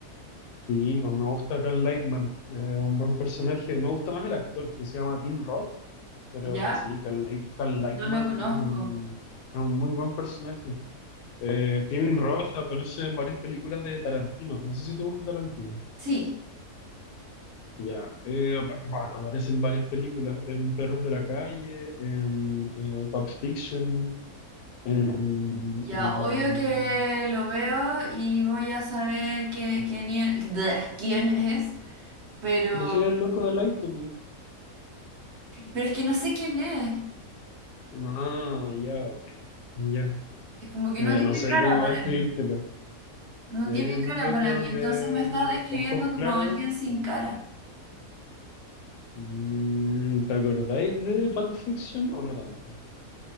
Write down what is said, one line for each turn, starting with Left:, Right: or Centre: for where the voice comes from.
Left: sí, pues me gusta Carl Lightman, eh, un buen personaje. Me gusta más el actor que se llama Tim Roth, pero
Right: ¿ya?
Left: sí, Carl, Light- Carl Lightman
Right: No lo conozco.
Left: es un, es un muy buen personaje. Eh, Tim Roth aparece en varias películas de Tarantino. No sé si te gusta Tarantino.
Right: Sí,
Left: Ya. eh, apa- bueno, aparece en varias películas. En Perros de la Calle, en eh, Pulp Fiction, en,
Right: ya,
Left: en...
Right: obvio que lo veo y voy a saber que- quién, es, <laughs> <smacks lips> quién es. Pero,
Left: Pero soy el loco de Light to Me.
Right: pero es que no sé quién es.
Left: Ah, ya, ok. Ya.
Right: Es como que
Left: Eh,
Right: no tiene
Left: no sé
Right: cara
Left: cómo
Right: para
Left: describírtelo.
Right: mí. No
Left: Es
Right: tiene cara
Left: un loco
Right: para mí. Entonces
Left: de
Right: me estás describiendo
Left: ojos
Right: como
Left: claros.
Right: alguien sin
Left: Claro.
Right: cara.
Left: Mm, ¿te acordáis de Pulp Fiction o no tanto?